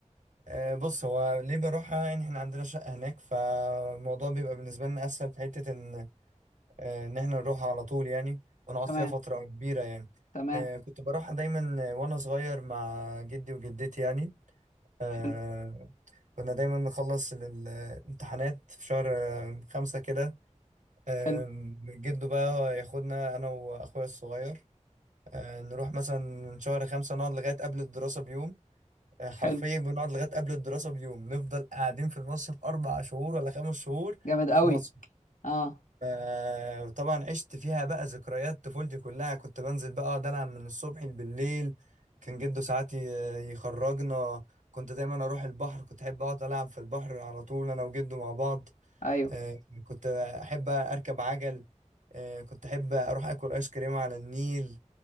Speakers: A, on the right; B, on the left.
A: آه، بص هو ليه بروحها يعني احنا عندنا شقة هناك فالموضوع بيبقى بالنسبة لنا أسهل في حتة إن آه، إن احنا نروحها على طول يعني ونقعد
B: تمام
A: فيها فترة كبيرة يعني
B: تمام
A: آه، كنت بروحها دايما آه، وأنا صغير مع جدي وجدتي يعني آه،
B: حلو
A: كنا دايما نخلص ال- الامتحانات في شهر آه، خمسة كده آه،
B: حلو
A: جده بقى ياخدنا أنا وأخويا الصغير آه، نروح مثلا شهر خمسة نقعد لغاية قبل الدراسة بيوم آه، حرفيا
B: حلو
A: بنقعد لغايه قبل الدراسه بيوم نفضل قاعدين في المصيف اربع شهور ولا خمس شهور
B: جامد قوي
A: في مصر
B: اه
A: ف- طبعا عشت فيها بقى ذكريات طفولتي كلها كنت بنزل بقى اقعد العب من الصبح بالليل كان جده ساعات ي- يخرجنا كنت دايما اروح البحر كنت احب اقعد العب في البحر على طول انا وجده مع بعض
B: ايوه
A: آه، كنت احب اركب عجل آه، كنت احب اروح اكل ايس كريم على النيل